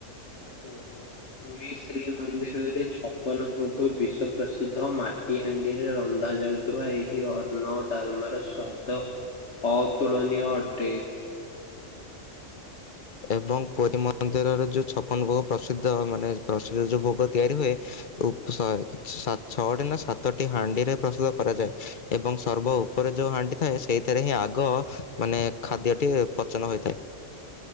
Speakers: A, on the left (about 60°); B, on the left (about 45°).
A: ଓହୋ। ପୁରୀ ଶ୍ରୀମନ୍ଦିରରେ ଛପନ ଭୋଗ ବିଶ୍ୱ ପ୍ରସିଦ୍ଧ ମାଟିହାଣ୍ଡିରେ ରନ୍ଧାଯାଉ ଥିବା ଏହି ହ ଅନ୍ନ ଡାଲମର ସ୍ଵାଦ ଅ ତୁଳନୀୟ ଅଟେ।
B: ଏବଂ ପୁରୀ ମନ୍ଦିରରେ ଯେଉଁ ଛପନ ଭୋଗ ପ୍ରସିଦ୍ଧ ମାନେ ପ୍ରସିଦ୍ଧ ଯୋଉ ଭୋଗ ତିଆରି ହୁଏ ଉପ ସଏ ସା ଛଅଟି ନା ସାତଟି ହାଣ୍ଡିରେ ପ୍ରସ୍ତୁତ କରାଯାଏ ଏବଂ ସର୍ବ ଉପରେ ଯୋଉ ହାଣ୍ଡି ଥାଏ ସେଇଥିରେ ହିଁ ଆଗ ମାନେ ଖାଦ୍ୟଟି ପଚନ ହୋଇଥାଏ।